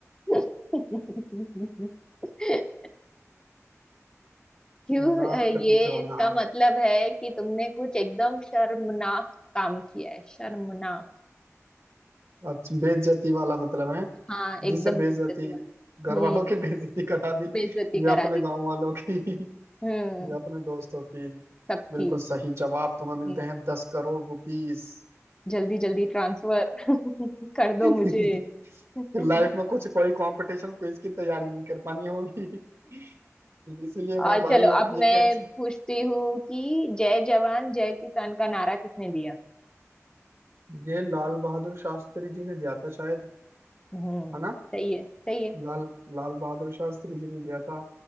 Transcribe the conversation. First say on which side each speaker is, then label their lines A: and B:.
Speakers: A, on the left; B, on the right.
A: <laughs> क्यों
B: नाक
A: अ, ये
B: कट जाना
A: इसका मतलब है कि तुमने कुछ एकदम शर्मनाक काम किया है शर्मनाक
B: अच्छा बेइज्जती वाला मतलब है
A: हाँ एकदम
B: जिससे बेइज्जती
A: बेइज्जती वाला
B: घर
A: हम्म
B: वालों की <laughs> बेइज्जती करा दी
A: बेइज्जती
B: या
A: करा
B: अपने
A: दी थी
B: गांव वालों की <laughs> ये
A: हम्म
B: अपने दोस्तों की
A: सबकी
B: बिल्कुल सही जवाब तुम्हें मिलते
A: हम्म
B: हैं दस करोड़ रुपीस
A: जल्दी जल्दी ट्रांसफर <laughs> कर
B: <laughs>
A: दो मुझे <laughs>
B: लाइफ में कुछ कोई कंपटीशन क्विज की तैयारी नहीं कर पानी होगी <laughs> इसीलिए मैं
A: और
B: भाई
A: चलो
B: एक
A: अब
B: ये
A: मैं
B: कैंसर
A: पूछती हूँ कि जय जवान जय किसान का नारा किसने दिया था?
B: ये लाल बहादुर शास्त्री जी ने दिया था शायद
A: हम्म
B: है
A: सही
B: ना
A: है सही है
B: लाल लाल बहादुर शास्त्री जी ने दिया था